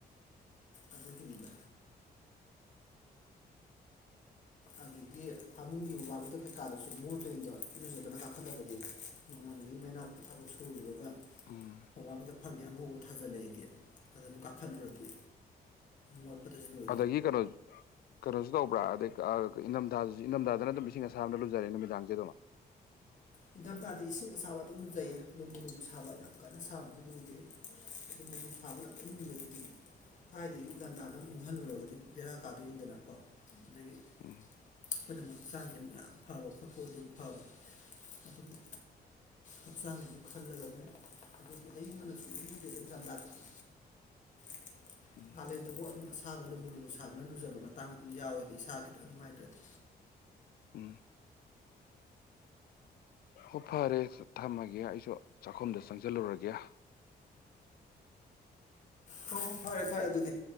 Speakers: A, on the left (about 45°); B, on the left (about 65°).
A: ꯑꯗꯨꯒꯤꯅꯤꯗ ꯑꯗꯒꯤ ꯐꯃꯨꯡꯒꯤ ꯕꯥꯗꯨꯗ ꯀꯩꯀꯥꯗꯁꯨ ꯃꯣꯠꯇꯂꯣꯏꯔꯤꯅꯗꯣ ꯑꯗꯨꯁꯨ ꯀꯅ ꯀꯥꯈꯟꯗꯕꯗꯤ ꯅꯉꯥꯟꯅꯉꯩ ꯃꯅꯥꯛꯇ ꯊꯕꯛ ꯁꯨꯔꯨꯔꯒ
B: ꯎꯝ
A: ꯑꯕꯥꯕꯗ ꯐꯪꯗꯦ ꯑꯉꯧꯕ ꯊꯥꯖꯤꯜꯂꯛꯏꯗꯤ ꯑꯗꯨꯗ ꯑꯃꯨꯛ ꯀꯥꯈꯠꯂꯨꯔꯗꯤ ꯋꯥꯠꯄꯗꯁꯨ ꯂꯣꯏ
B: ꯑꯗꯒꯤ ꯀꯩꯅꯣ ꯀꯩꯅꯣꯁꯨ ꯇꯧꯕ꯭ꯔꯥ ꯑꯗꯩ ꯀ ꯏꯅꯝꯊꯥꯗ ꯏꯅꯝꯊꯥꯗꯅ ꯑꯗꯨꯝ ꯏ ꯑꯥꯕꯅ ꯂꯨꯖꯔꯦ ꯅꯨꯃꯤꯗꯥꯡꯦ ꯑꯗꯨꯝꯣ
A: ꯅꯤꯡꯊꯝꯊꯥꯗꯤ ꯏꯁꯤꯡ ꯑꯁꯥꯕ ꯑꯗꯨꯝꯖꯩꯌꯦ ꯅꯨꯡꯕꯨ ꯅꯨꯡꯕꯨ ꯁꯥꯕ ꯌꯥꯝ ꯀꯟꯅ ꯁꯥꯕꯗꯤ ꯂꯨꯗꯦ ꯑꯗꯨꯝ ꯁꯥꯥꯕ ꯂꯥꯛꯟꯅ ꯑꯗꯨꯗꯤ ꯊꯋꯥꯥꯏꯗꯒꯤ ꯒꯟꯗꯥ ꯑꯗꯨꯝ ꯏꯪꯍꯜꯂꯨꯔꯒꯗꯤ ꯕꯦꯔꯥ ꯀꯥꯗꯣꯏꯅꯤꯗꯅꯀꯣ ꯑꯗꯒꯤ
B: ꯎꯝ
A: ꯑꯩꯈꯣꯏꯅ ꯍꯛꯆꯥꯡꯁꯤ ꯑꯃꯨꯛ ꯌꯥꯝ ꯐꯕ ꯄꯣꯠꯄꯣꯗꯨ ꯐꯕ ꯑꯗꯨꯗꯤ ꯍꯛꯆꯥꯡꯁꯤꯁꯨ ꯈꯜꯂꯒ ꯑꯗꯨꯝ ꯑꯗꯨꯗꯤ ꯑꯩꯕꯅ ꯁꯨꯝ ꯂꯗꯦꯗ ꯑꯩ ꯂꯝꯗꯥꯇꯗꯤ <inaudible>
B: ꯎꯝ
A: ꯀꯥꯂꯦꯟꯗꯕꯨꯥꯎ ꯑꯗꯨꯝ ꯑꯁꯥꯕ ꯂꯨꯝꯕꯨ ꯂꯨꯕꯨ ꯁꯥꯕꯅ ꯂꯨꯖꯕ ꯃꯇꯥꯡ ꯑꯗꯨꯝ ꯌꯥꯎꯋꯦꯕ ꯏꯁꯥꯒꯤꯗ ꯅꯨꯡꯉꯥꯏꯇ꯭ꯔꯗꯤ
B: ꯎꯝ ꯍꯣ ꯐꯔꯦ ꯊꯝꯃꯒꯦ ꯑꯩꯁꯨ ꯆꯥꯛꯈꯨꯝꯗ ꯆꯪꯁꯤꯜꯂꯨꯔꯒꯦ
A: ꯍ ꯍꯣ ꯐꯔꯦ ꯐꯔꯦ ꯑꯗꯨꯗꯤ